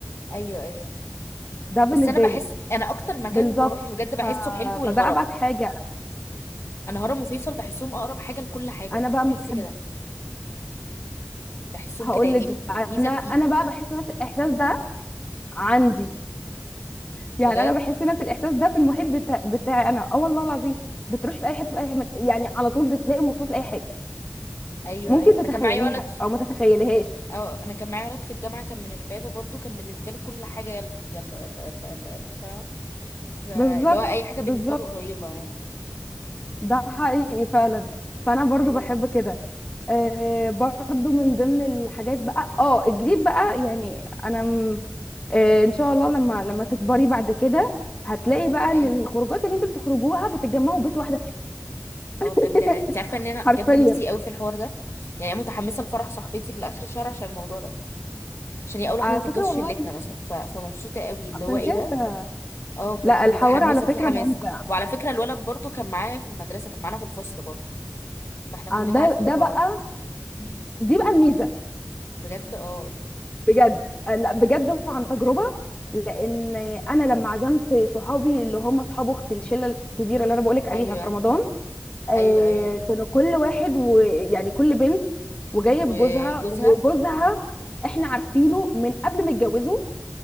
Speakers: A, on the left (about 65°); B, on the left (about 35°).
A: ايوه ايوه
B: ده بالنسبة
A: بس انا بحس
B: لي
A: انا اكتر مكان
B: بالظبط
A: جغرافي بجد بحسه
B: ف-
A: حلو الهرم
B: فده ابعد حاجة
A: انا هرم وفيصل بحسهم اقرب حاجة لكل حاجة
B: انا بقى
A: انا
B: ما
A: بحس
B: بحب
A: كده بحسهم
B: هقول
A: كده هي
B: لك
A: دي م-
B: انا
A: ميزة فيهم
B: انا بقى
A: يعني
B: بحس نفس الاحساس ده عندي يعني
A: بجد
B: انا بحس نفس الاحساس ده في المحيط بتا... بتاعي انا اه والله العظيم بتروحي في اي حته في اي حته يعني على طول بتلاقي مواصلات لاي حاجه
A: ايوه
B: ممكن
A: ايوه
B: تتخيليها
A: انا كان معايا ولد
B: او ما تتخيليهاش
A: اه انا كان معايا ولد في الجامعة كان من امبابة برضو كان بالنسبة له كل حاجة يلا يلا يلا يلا يلا, يلا. فاهم فاللي
B: بالظبط
A: هو اي حاجة بالنسبة
B: بالظبط
A: له قريبة يعني
B: ده حقيقي فعلا فانا برضو
A: ايوه
B: بحب كده آه برضو من ضمن الحاجات بقى اه الجديد بقى يعني انا م... آه ان شاء الله لما لما تكبري بعد كده هتلاقي بقى
A: ايه
B: ان الخروجات اللي انتوا بتخرجوها بتتجمعوا بيت واحده فيكم
A: اه بجد
B: <laughs>
A: انا انت عارفه ان انا
B: حرفيا
A: بجد نفسي قوي في الحوار ده يعني انا متحمسه لفرح صاحبتي لاخر الشهر عشان الموضوع ده عشان هي اول واحده
B: على
A: تتجوز
B: فكره
A: شلتنا
B: والله
A: مثلا ف... فمبسوطه قوي اللي
B: عشان
A: هو ايه
B: كده
A: ده اه بجد
B: لا الحوار
A: متحمسه
B: على فكرة
A: في حماس
B: ممتع
A: وعلى فكره الولد برضو كان معايا في المدرسه كان معانا في الفصل برضو فاحنا كلنا
B: آه، ده
A: عارفين
B: ده
A: بعض
B: بقى
A: <laughs>
B: دي بقى الميزة
A: بجد اه
B: بجد آه، لا بجد وعن تجربة لأن أنا لما عزمت صحابي اللي هم صحاب أختي الشلة الكبيرة اللي أنا بقولك عليها
A: ايوه
B: في رمضان آه،
A: ايوه ايوه
B: كانوا كل واحد ويعني كل بنت وجاية
A: وجوزها
B: بجوزها وجوزها إحنا عارفينه من قبل ما يتجوزوا